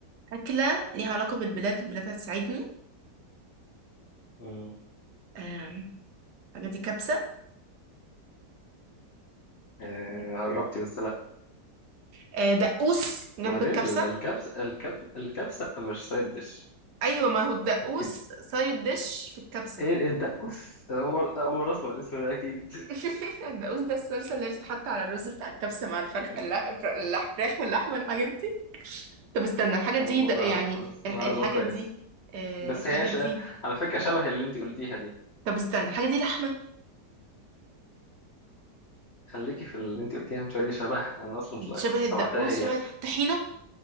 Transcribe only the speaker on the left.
مم.
آه، قربتي بس لا
وبعدين
ال- الكبسه الكب الكبسه مش سايد ديش
ركزي
ايه ايه الدقوس أنا اول اول مره اسمع الاسم ده اكيد
<laughs>
اول
مره
اعرفها بس
معلومه
كويسه
بس
هي ش...
على فكره شبه اللي انت قلتيها دي
خليكي في اللي انت قلتيها من شويه دي شبهها انا اصلا مش
كنت سمعتها
هي
اصلا